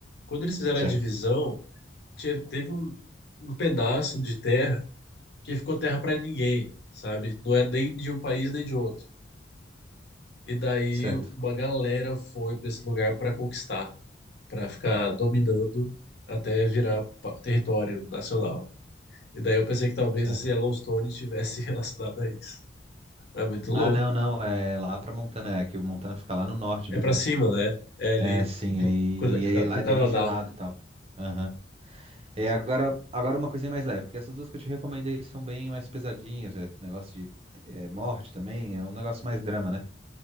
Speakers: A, on the left; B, on the right.
A: quando eles fizeram
B: Certo.
A: a divisão. tinha- teve um, um pedaço de terra que ficou terra para ninguém, sabe? Não é nem de um país nem de outro. E daí
B: Certo.
A: uma galera foi para esse lugar para conquistar, para ficar dominando até virar pa- território nacional. E daí eu pensei que talvez
B: Certo.
A: esse Yellowstone estivesse <laughs> relacionado a isso. É muito louco.
B: Ah, não, não, é lá pra Montana, é que o Montana fica lá no norte
A: É
B: do.
A: para cima, né? É ali
B: É, sim,
A: do-
B: aí,
A: com
B: aí lá
A: o
B: é
A: Canadá.
B: bem gelado e tal. Aham. É, agora, agora uma coisinha mais leve, porque essas duas que eu te recomendei são bem mais pesadinhas, é negócio de é, morte também, é um negócio mais drama, né?